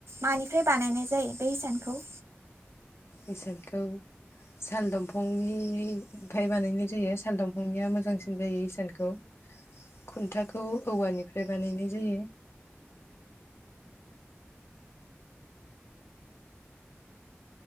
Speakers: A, on the right (about 75°); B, on the left (about 70°).
A: मानिफ्राय बानायनाय जायो बे हिसानखौ?
B: इसानखौ साल दंफांनिफ्राय बानायनाय जायो साल दंफांनिया मोजांसिन जायो इसानखौ खुन्थाखौ औवानिफ्राय बानायनाय जायो।